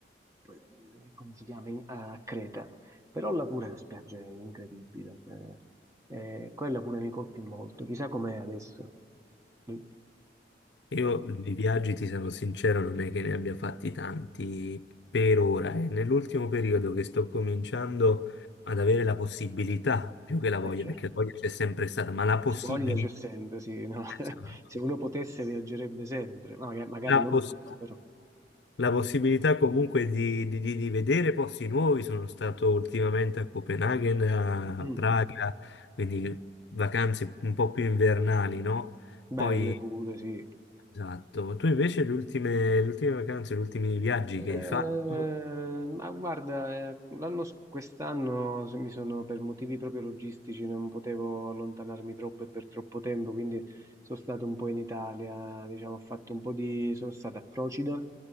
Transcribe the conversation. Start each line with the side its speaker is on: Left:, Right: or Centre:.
Right: eh, come si chiama, in- a Creta. Però là pure la spiaggia è incredibile. eh, eh, quella pure mi colpì molto. Chissà com'è adesso. Mm.
Left: Io di viaggi, ti sono sincero, non è che ne abbia fatti tanti per ora. È nell'ultimo periodo che sto cominciando ad avere la possibilità, più che la voglia,
Right: Eh, cioè,
Left: perché la voglia c'è sempre stata, ma la possibilità,
Right: voglia c'è sempre, sì, no? <laughs>
Left: esatto.
Right: Se uno potesse viaggerebbe sempre, ma- maga- magari
Left: la,
Right: non
Left: poss-
Right: tutti, però.
Left: la possibilità comunque di, di- di- di vedere posti nuovi. Sono stato ultimamente a Copenaghen, a
Right: Mm.
Left: Praga, quindi vacanze un po' più invernali, no? Poi
Right: Belle pure, sì.
Left: Esatto, ma tu invece le ultime, le ultime vacanze, gli ultimi viaggi
Right: Eh,
Left: che hai fatto,
Right: ma guarda, eh, l'anno s- quest'anno se mi sono per motivi proprio logistici, non potevo allontanarmi troppo e per troppo tempo, quindi sono stato un po' in Italia, diciamo, ho fatto un po' di, sono stato a Procida,